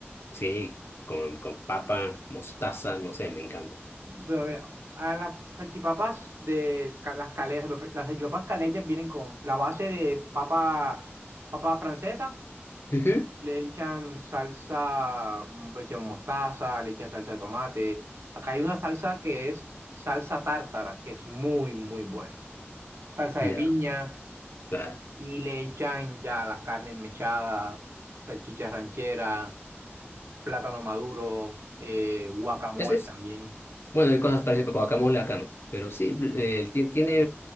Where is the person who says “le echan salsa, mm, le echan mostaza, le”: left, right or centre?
Right